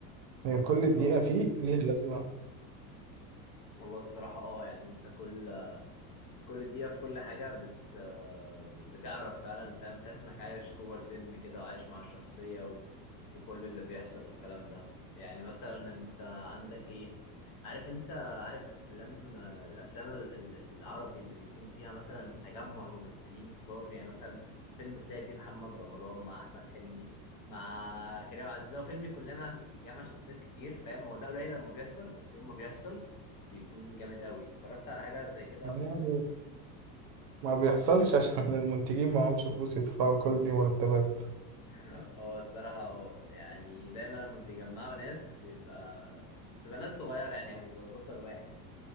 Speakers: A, on the right; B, on the left.
A: يعني كل دقيقه
B: أو.
A: فيه ليها لازمه
B: هو الصراحة اه يعني انت كل كل دقيقة في كل حاجة بت بتعرف فعلا فاهم تحس انك عايش جوه الفيلم كده وعايش مع الشخصية و... وكل اللي بيحصل والكلام ده يعني مثلا انت عندك ايه عارف انت عارف افلام الافلام ال- ال- العربي اللي بيكون فيها مثلا تجمع ممثلين كتار يعني مثلا فيلم تلاقي فيه محمد رمضان مع احمد حلمي مع كريم عبد العزيز هو فيلم يكون لما جمع شخصيات كتير فاهم هو ده قليل لما بيحصل بس يوم ما بيحصل بيكون جامد قوي اتفرجت على حاجة زي كده
A: يعني
B: قبل كده
A: ما بيحصلش عشان <laughs> المنتجين معهمش فلوس يدفعوا كل دي مرتبات
B: <laughs> هو الصراحة هو يعني دايما لما بيجمعوا ناس بيبقى بتبقى ناس صغيرة يعني او بيبقى البطل واحد